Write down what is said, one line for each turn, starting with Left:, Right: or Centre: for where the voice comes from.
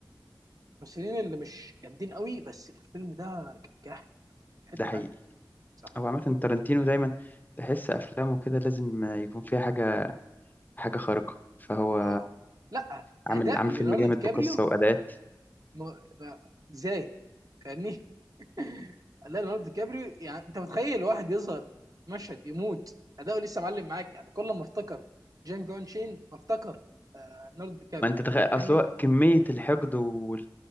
Right: الممثلين اللي مش جامدين قوي بس في الفيلم ده كان جاحد حته
Left: ده حقيقي
Right: تانيه صح
Left: هو عامة تارانتينو دايما تحس أفلامه كده لازم آه، يكون فيها حاجة حاجة خارقة فهو
Right: اه لا
Left: عامل
Right: اداء
Left: عامل
Right: ليوناردو
Left: فيلم جامد
Right: دي كابريو
Left: بقصة وأداءات
Right: ما ما ازاي فاهمني <laughs> لا ليوناردو دي كابريو يعني انت متخيل واحد يظهر مشهد يموت اداؤه لسه معلم معاك يعني كل ما افتكر جان كون شين ما افتكر آه، ليوناردو دي كابريو
Left: ما أنت تخيل أصل
Right: فاهمني
Left: هو كمية الحقد والغل